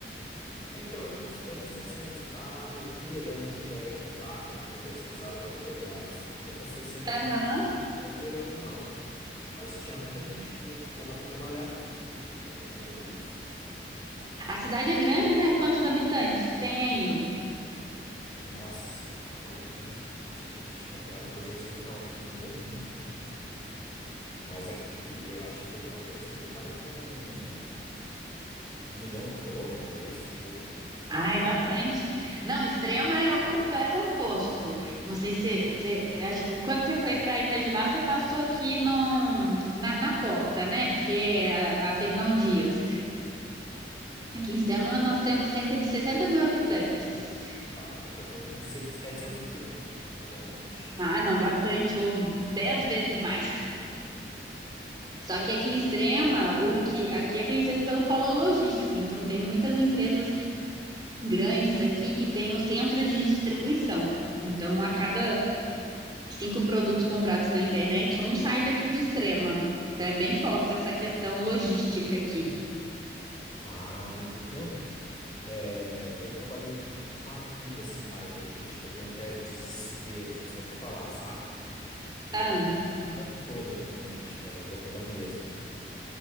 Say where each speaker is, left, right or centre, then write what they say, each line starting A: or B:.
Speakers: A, on the left; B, on the right.
A: Então, eu não, eu não sei se ainda está operando, que é a Ecovap, né, que é a terceirizada da Petrobras. Eu não sei se ainda
B: Aham.
A: está operando, não. Mas tinha muita gente que vinha de fora para trabalhar aqui por conta disso.
B: A cidade é grande, né? Quantos habitantes tem aí?
A: Nossa, a última vez. Nossa, gente, deixa eu dar uma olhada, porque a última vez que eu vi tava... mudou muito. Mas aqui, eu acho que eu- a última vez que eu vi tava com um milhão e pouco, era isso? Deixa eu ver aqui.
B: Ai, bastante. Não, Extrema é o completo oposto. Não sei se, se- eu acho que quando você foi para Itajubá, você passou aqui num- na, na porta, né? Porque é a, a Fernão Dias. Aqui em Extrema nós temos cerca de 60 mil habitantes.
A: Ó, aqui tá com seis- 700 mil aqui, atualmente.
B: Ah, não, bastante, ou 10 vezes mais. Só que aqui em Extrema, o que aqui é conhecido pelo polo logístico, então tem muitas empresas grandes aqui que tenham centros de distribuição. Então, a cada cinco produtos comprados na internet, um sai daqui de Extrema. Então, é bem forte essa questão logística aqui.
A: Ah, entendi. Eu, é, eu trabalhei uma vida assim na área de logística, eu tenho até desespero, assim, só de falar, sabe? Porque
B: Ah,
A: eu trabalhei a vida toda com logística, mas a vida toda mesmo.